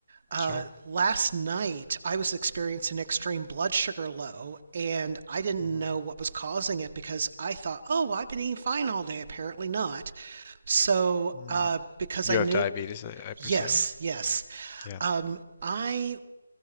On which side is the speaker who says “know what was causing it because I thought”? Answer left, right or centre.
Right